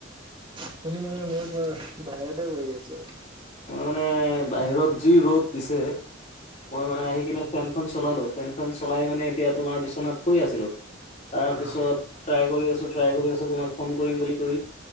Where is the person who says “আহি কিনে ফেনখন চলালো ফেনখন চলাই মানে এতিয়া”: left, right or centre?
Left